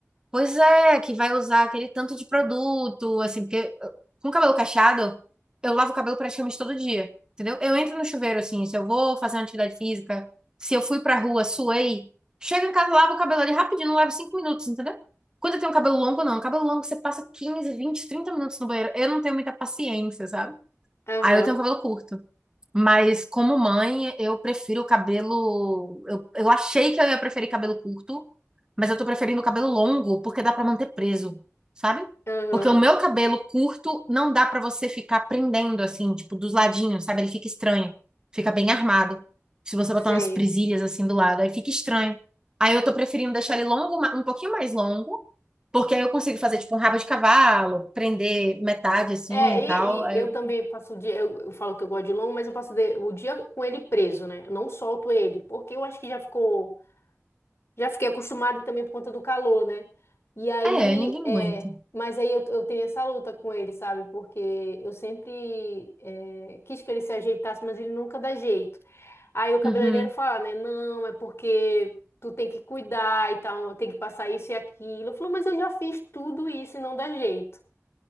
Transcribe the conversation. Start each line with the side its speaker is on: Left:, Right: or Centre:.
Right: Pois é, que vai usar aquele tanto de produto, assim, porque eu- com cabelo cacheado, eu lavo o cabelo praticamente todo dia, entendeu? Eu entro no chuveiro, assim, se eu vou fazer uma atividade física, se eu fui pra rua, suei, chego em casa, lavo o cabelo ali rapidinho, não levo cinco minutos, entendeu? Quando eu tenho um cabelo longo, não. Cabelo longo, você passa 15 20 30 minutos no banheiro. Eu não tenho muita paciência, sabe?
Left: Aham.
Right: Aí eu tenho um cabelo curto. Mas como mãe, eu prefiro o cabelo. Eu, eu achei que eu ia preferir cabelo curto, mas eu tô preferindo cabelo longo, porque dá pra manter preso, sabe?
Left: Aham.
Right: Porque o meu cabelo curto não dá pra você ficar prendendo assim, tipo, dos ladinhos, sabe? Ele fica estranho, fica bem armado. Se você
Left: Sei.
Right: botar umas presilhas assim do lado, aí fica estranho. Aí eu tô preferindo deixar ele longo, ma- um pouquinho mais longo, porque aí eu consigo fazer tipo um rabo de cavalo, prender metade assim
Left: É, e,
Right: e tal. Aí
Left: e eu
Right: eu...
Left: também passo o dia, eu, eu falo que eu gosto de longo, mas eu passo de- o dia com ele preso, né? Eu não solto ele, porque eu acho que já ficou Já fiquei acostumada e também por conta do calor, né? E aí,
Right: É, ninguém
Left: é,
Right: aguenta.
Left: mas aí eu, eu tenho essa luta com ele, sabe? Porque eu sempre é, quis que ele se ajeitasse, mas ele nunca dá jeito. Aí o cabeleireiro
Right: Uhum.
Left: fala, né? Não, é porque tu tem que cuidar e tal, tem que passar isso e aquilo. Eu falo, mas eu já fiz tudo isso e não dá jeito.